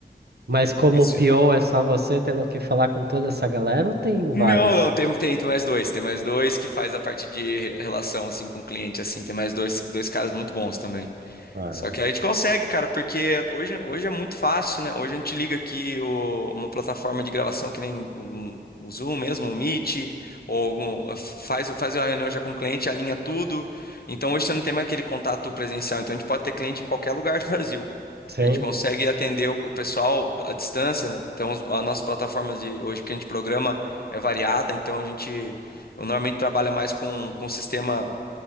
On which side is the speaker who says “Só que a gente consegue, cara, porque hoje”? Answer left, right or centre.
Left